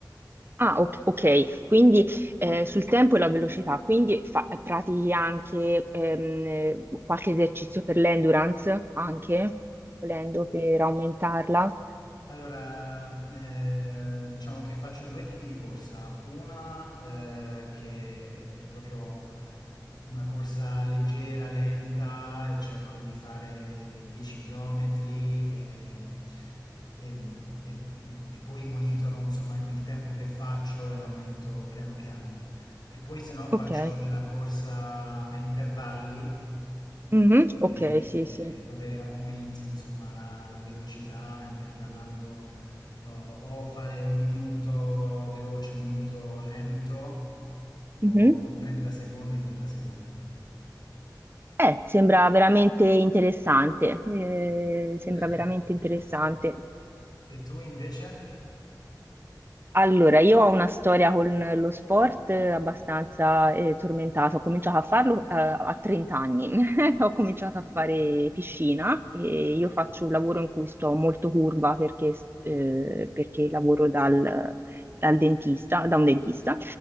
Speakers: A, on the right; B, on the left.
A: Ah, ok, ok. Quindi eh, sul tempo e la velocità, quindi fa- pratichi anche ehm, qualche esercizio per l'endurance, anche, volendo per aumentarla.
B: Allora, eh, diciamo che faccio due tipi di corsa, una eh, che è, è proprio una corsa leggera, lenta e cerco di fare 10 km e, e- e- e poi monitoro insomma il tempo che faccio e l'aumento piano piano. E poi se no faccio
A: Ok,
B: della corsa a intervalli
A: Mhm,
B: eh,
A: ok, sì, sì.
B: dove aumenti insomma la la velocità intervallando o o fare un minuto veloce, un minuto lento, o
A: Mhm.
B: 30 secondi e 30 secondi.
A: Eh, sembra veramente interessante, eh, sembra
B: <laughs>
A: veramente interessante.
B: E tu invece?
A: Allora, io ho una storia con lo sport eh, abbastanza eh, tormentata. Ho cominciato a farlo eh, a 30 anni. <laughs> Ho cominciato a fare piscina e io faccio un lavoro in cui sto molto curva perché, eh, perché lavoro dal, dal dentista, da un dentista.